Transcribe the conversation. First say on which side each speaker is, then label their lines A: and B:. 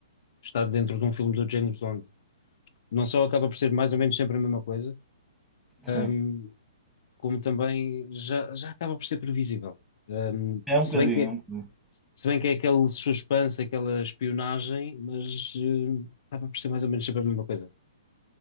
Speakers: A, on the left; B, in the centre.
A: estar dentro de um filme do género onde não só acaba por ser mais ou menos sempre a mesma coisa,
B: Sim.
A: hum, como também já, já acaba por ser previsível. Um,
B: É um
A: se
B: bocadinho,
A: bem que
B: é um bocadinho.
A: Se bem que é aquele suspense, aquela espionagem, mas eh, acaba por ser mais ou menos sempre a mesma coisa.